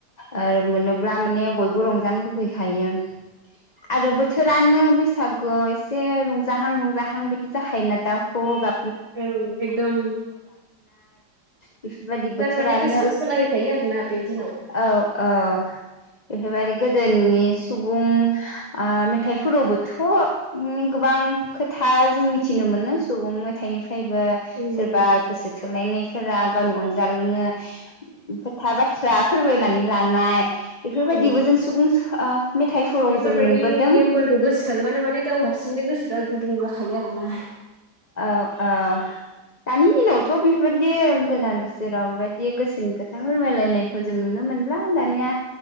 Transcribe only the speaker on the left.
ओ मोनोब्ला माने बयबो रंजानो लुगैखायो। आरो बोथोरानो बैस सागुआव एसे रंजाहां रं जाहां बिदि जाखायोना दाव खौवौ गा
बेफोरबायदि बोथोरानो
औ औ। बेफोरबायदि गोदोनि सुबुं ओ मेथाइफोरावबोथ' गोबां खो था जों मिथिनो मोनो सुबुं मेथाइनि फायबो
सोरबा गोसो थोलायनायफोरा गावनि अनजालु नो खोथा बाथ्रा फोरमायनानै लानाय बेफोरबायदिबो
जों सुबुं ओ मेथाइफोराव
जों मोनबोदों
औ औ दानि दिनावथ' बे फोरबायदि गोदान बोसोराव बेबायदि गोसोनि खोथा फोरमायलायनायखौ जों नुनो मोनला दानिया